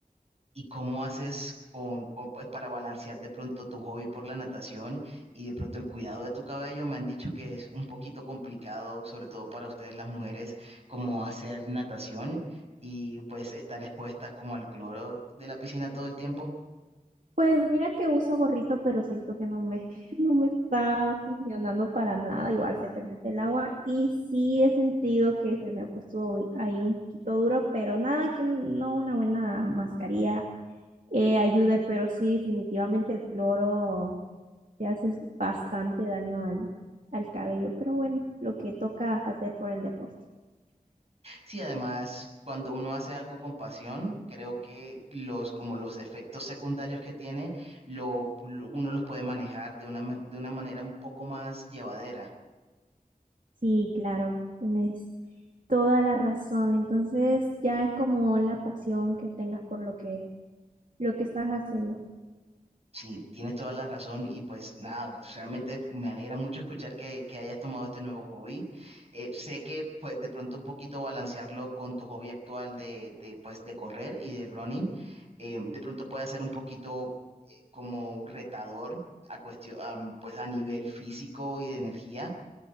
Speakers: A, on the right; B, on the right.
A: ¿Y cómo haces con, con, pues, para balancear de pronto tu hobby por la natación y de pronto el cuidado de tu cabello? Me han dicho que es un poquito complicado, sobre todo para ustedes las mujeres, como hacer natación y pues estar expuestas como al cloro de la piscina todo el tiempo.
B: Pues mira que uso gorrito, pero siento que no me, <laughs> no me está funcionando para nada. Igual se te mete el agua y sí he sentido que se me ha puesto ahí un poquito duro, pero nada que no una buena mascarilla eh, ayude, pero sí definitivamente el cloro te hace bastante daño al, al cabello. Pero bueno, lo que toca hacer por el deporte.
A: Sí, además, cuando uno hace algo con pasión, creo que los, como los efectos secundarios que tiene, lo, lo- uno los puede manejar de una, me- de una manera un poco más llevadera.
B: Sí, claro, tienes toda la razón. Entonces ya es como la pasión que tengas por lo que lo que estás haciendo.
A: Sí, tienes toda la razón y pues nada, realmente me alegra mucho escuchar que, que hayas tomado este nuevo hobby. Eh, sé que pues de pronto un poquito balancearlo con tu hobby actual de, de, pues de correr y de running, eh, de pronto puede ser un poquito eh, como retador a cuestión, am, pues a nivel físico y de energía,